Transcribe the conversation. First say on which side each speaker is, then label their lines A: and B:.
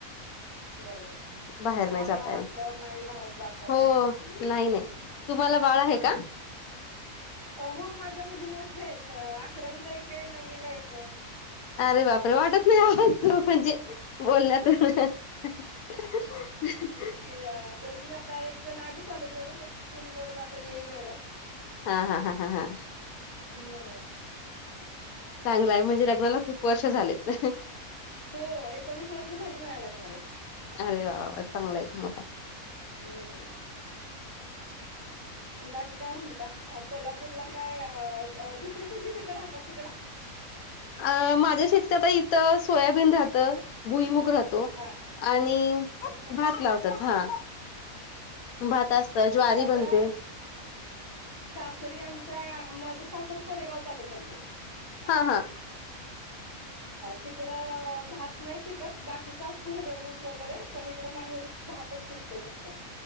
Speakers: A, on the left; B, on the left.
A: बरोबर.
B: बाहेर
A: लहान
B: नाही जाता
A: बाळ
B: येणार
A: असल्यावर नाही बाहेर जाता
B: हो
A: येत.
B: नाही नाही. तुम्हाला बाळ आहे का.
A: अ हो माझ्या मुली मोठ्या एक अकरावीला एक के नववीला एके.
B: अरे बापरे वाटत नाही आवाज <unintelligible> म्हणजे. बोलण्यातून भ भ ह ह ह.
A: ते अ दोघी आता एक जण आली कॉलेजवरून एक स्कूल वरून येईल आता एवढ्यात.
B: हा हा हा हा हा.
A: हो हो हो.
B: चांगलं ए म्हणजे लग्नाला खूप वर्ष झालेत.
A: हो एकोणीस वर्ष झाले माझ्या लग्नाला.
B: अरे वा वा वा चांगलं ए चांगलं ए.
A: हम्म. बाकी काय म्हणता कोल्हापूरला काय दुसरी कुठली पिकं राहतात तिकडं. <inaudible>
B: अ माझ्या शेतीत आता इथं सोयाबीन राहतं भुईमुग राहत
A: हा
B: आणि
A: अच्छा
B: भात लावतात हा. भात असत ज्वारी
A: माझ्या
B: बनते.
A: सासरी आमच्या माझ सासर कोरेगाव तालुक्याच आहे काय.
B: हा हा
A: तिकडं भात नाही पिकत बाकीचं असतं सगळं ऊस वगैरे पण इकडे माहेरी भातच पिकतो फक्त.